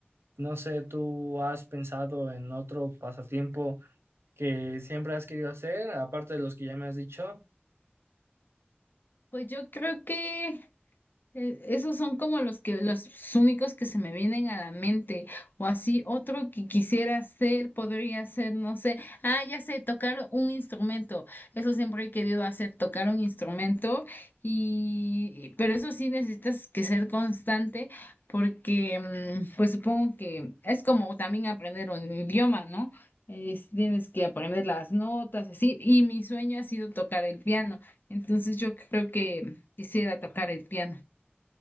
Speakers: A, on the right (about 80°); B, on the left (about 55°).
A: No sé, ¿tú has pensado en otro pasatiempo? que siempre has querido hacer, aparte de los que ya me has dicho?
B: Pues yo creo que Eh, Esos son como los que los únicos que se me vienen a la mente. O así otro que quisiera hacer, podría ser, no sé. Ah, ya sé, tocar un instrumento. Eso siempre he querido hacer, tocar un instrumento. Y, pero eso sí necesitas que ser constante, porque mm, pues supongo que es como también aprender un idioma, ¿no? Es- tienes que aprender las notas, así. Y mi sueño ha sido tocar el piano. Entonces yo creo que quisiera tocar el piano.